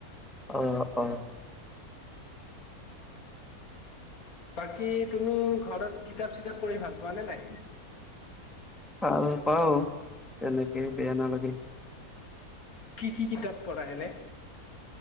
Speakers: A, in the centre; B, on the left.
A: অহ', অহ'।
B: বাকী তুমি ঘৰত, কিতাপ-চিতাপ পঢ়ি ভাল পোৱানে নাই?
A: ভাল পাওঁ তেনেকে, বেয়া নালাগে।
B: কি কি কিতাপ পঢ়া এনেই?